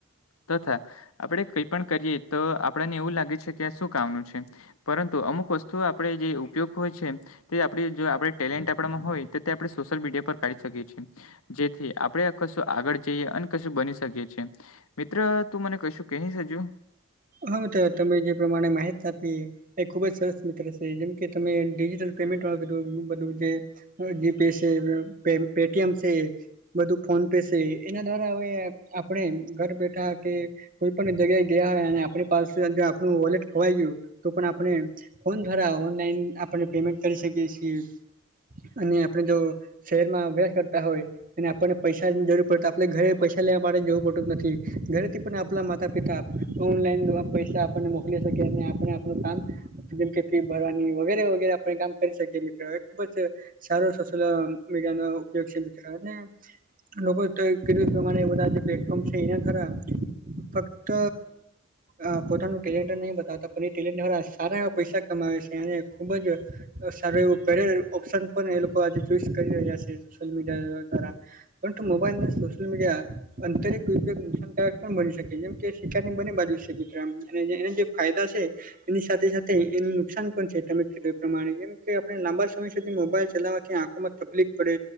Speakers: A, on the left; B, on the right.
A: તથા આપડે કઈ પણ કરીએ તો આપણને એવું લાગે છે. કે આ શું કામનું છે. પરંતુ અમુક વસ્તુ આપણેે જે ઉપયોગ હોય છે. તે આપડે જો આપણે ટેલેન્ટ આપણામાં હોય તો તે આપણે સોશિયલ મીડિયા પર કાઢી શકીએ છીએ. જેથી આપણેે કશું આગળ જઈએ અને કશું બની શકી છીએ. મિત્ર તું મને કહીશું કહી સજુ
B: હા તો તમે જે પ્રમાણે માહિતી આપી એ ખુબ જ સરસ મિત્ર છે. જેમ કે તમે ડિજિટલ પેમેન્ટ વા કીધું બધું જે digital pay Paytm છે. બધું ફોન પે છે. એના દ્વારા હવે આપણે ઘર બેઠા કે કોઈ પણ જગ્યાએ ગયા હોય અને આપણી પાસે આપણું વોલેટ ખોવાઈ ગયું, તો પણ આપણે ફોન દ્વારા ઓનલાઈન આપણે પેમેન્ટ કરી શકીએ છીએ, અને આપણે જો શહેર માં અભ્યાસ કરતા હોય અને આપણને પૈસાની જરૂર પડ આપે ઘરે પૈસા લેવા માટે જવું પડતું નથી. ઘરેથી પણ આપલા માતા પિતા ઓનલાઈન પૈસા આપણને મોકલે શકે. અને આપણે કામ જેમકે ફી ભરવાની વગેરે વગેરે આપણે કામ કરી શકી મિત્રો એ ખુબ જ સારો સોશિલ મીડિયા નો ઉપયોગ છે મિત્રો. લોકો તો કેું પ્રમાણે બધા જે પ્લેટફોર્મ છે એના ખરા ફક્ત અ પોતાનું ટેલેન્ટ નહી બતાવતા પણ એ ટેલેન્ટ વાળ સારા એવા પૈસા કમાવે છે અને ખૂબ જ સારું એવું કરે ઓપ્શન પણ એ લોકો આજે ચોઈસ કરી રહ્યા છે, સોશિયલ મીડિયા દ્વારા પરંતુ મોબાઈલ અનેને સોશિલ મીડિયા અંતરિક્ નુકસાનકારક પણ બની શકે જેમ કે શિકારની બની બાજુ છે મિત્ર અને એના જે ફાયદા છે. એની સાથે સાથે એને નુકસાન પણ છે તમે કીધું એ પ્રમાણે કેમ કે આપણે લાંબા સમય સુધી મોબાઈલ ચલાવવાથી આંખોમાં તકલીફ પડે